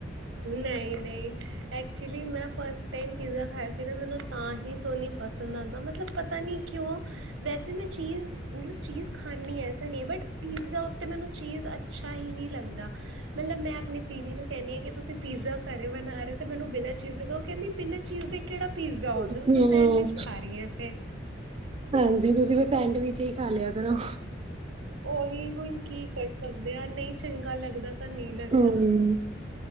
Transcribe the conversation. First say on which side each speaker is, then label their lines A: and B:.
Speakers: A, on the right; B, on the right.
A: ਨਹੀ-ਨਹੀ। ਐਕਚੁਲੀ ਮੈਂ ਫਸਟ ਟਾਈਮ ਪੀਜ਼ਾ ਖਾਇਆ ਸੀ ਨਾ ਮੈਨੂੰ ਤਾਂ ਹੀ ਤੋਂ ਨੀ ਪਸੰਦ ਆਉਂਦਾ ਮਤਲਬ ਪਤਾ ਨੀ ਕਿਉਂ? ਵੈਸੇ ਮੈਂ ਚੀਜ਼ ਮਤਲਬ ਚੀਜ਼ ਖਾਂਦੀ ਐਸਾ ਨਹੀਂ ਬਟ ਪੀਜ਼ਾ ਉੱਤੇ ਮੈਨੂੰ ਚੀਜ਼ ਅੱਛਾ ਹੀ ਨਹੀਂ ਲੱਗਦਾ ਮਤਲਬ ਮੈਂ ਆਪਣੀ ਦੀਦੀ ਨੂੰ ਕਹਿੰਦੀ ਹਾਂ ਕਿ ਤੁਸੀਂ? ਤੁਸੀ ਪੀਜ਼ਾ ਘਰੇ ਬਣਾ ਰਹੇ ਤੇ ਮੈਨੂੰ ਬਿਨਾਂ ਚੀਜ਼ ਦੇ ਉਹ ਕਹਿੰਦੀ ਬਿਨਾਂ ਚੀਜ਼ ਦੇ ਕਿਹੜਾ? ਪੀਜ਼ਾ ਆਉਂਦਾ
B: ਹਮ
A: ਤੂੰ ਤਾਂ ਸੈਂਡਵਿਚ ਖਾ ਰਹੀ ਹਾਂ ਫਿਰ
B: ਹਾਂਜੀ ਤੁਸੀਂ ਫਿਰ ਸੈਂਡਵਿਚ ਹੀ ਖਾ ਲਿਆ ਕਰੋ।
A: ਉਹੀ ਹੁਣ ਕੀ ਸਕਦੇ ਆ ਨਹੀਂ ਲੱਗਦਾ। ਤਾਂ ਨਹੀਂ ਲੱਗਦਾ
B: ਹਮ